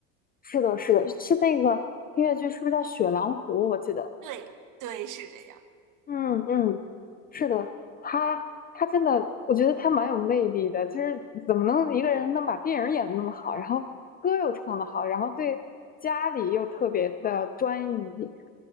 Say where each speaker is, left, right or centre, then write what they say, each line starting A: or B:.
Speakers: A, on the left; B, on the right.
A: 是的，是的，是那个音乐剧是不是叫《雪狼湖》？我记得，
B: 对，对，是这样。
A: 嗯嗯，是的，他他真的，我觉得他蛮有魅力的，就是怎么能一个人能把电影演得那么好，然后歌又唱得好，然后对家里又特别的专一，